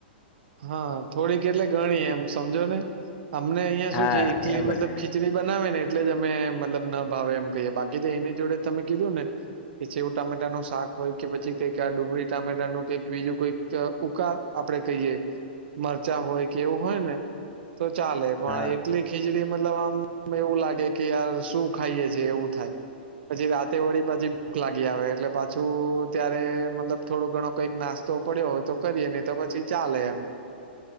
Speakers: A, on the right; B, on the left.
A: હા થોડીક એટલે ઘણી એમ સમજો ને અમને અહિયાં
B: હા
A: શું છે એકલી
B: એ બધું
A: મતલબ ખી ખીચડી બનાવે ને એટલે જ અમે મતલબ ના ભાવે એમ કહીયે બાકી તો એની જોડે તમે કીધું ને કે એ સેવ ટામેટા નું શાક હોય કે પછી કંઈક ડુંગળી ટામેટા નું કંઈક બીજું કંઈક ઉકાર આપડે કહીએ મરચાં હોય કે એવું હોય ને. તો ચાલે પણ
B: હા
A: એકલી ખીચડી મતલબ આમ એવું લાગે કે યાર શું. ખાઈએ છીએ એવું થાય પછી રાતે વળી પછી ભૂખ લાગી આવે પાછું ત્યારે મતલબ થોડો ઘણો કંઈક નાસ્તો પડ્યો હોય તો કરીએ નહી તો પછી ચાલે એમ